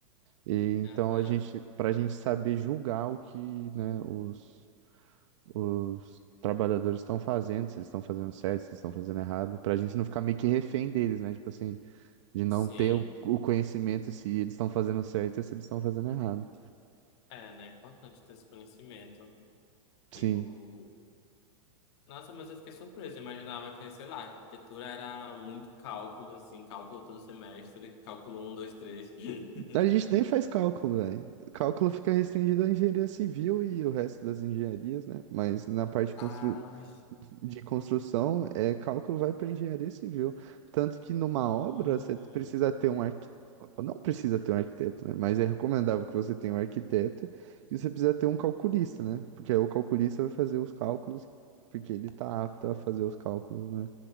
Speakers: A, on the right (about 60°); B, on the left (about 50°).
A: E então
B: aham,
A: a gente, pra gente saber julgar o que, né, os os trabalhadores estão fazendo, se eles estão fazendo certo, se eles estão fazendo errado, pra gente não ficar meio que refém deles, né? Tipo assim, de não
B: sim.
A: ter o o conhecimento se eles estão fazendo certo e se eles estão fazendo errado.
B: É, né? É importante ter esse conhecimento. Eu.
A: Sim.
B: Nossa, mas eu fiquei surpreso. Eu imaginava que, sei lá, arquitetura era muito cálculo, assim, cálculo todo semestre, cálculo um, dois, três. <laughs>
A: A gente nem faz cálculo, velho. Cálculo fica restringido à engenharia civil e o resto das engenharias, né? Mas na parte de constru...
B: Ah, mas.
A: de construção, é, cálculo vai para engenharia civil. Tanto que numa
B: Hum,
A: obra você precisa ter um arquiteto, não precisa ter um arquiteto, né? Mas é recomendável que você tenha um arquiteto e você precisa ter um calculista, né? Porque aí o calculista vai fazer os cálculos, porque ele tá apto a fazer os cálculos, né?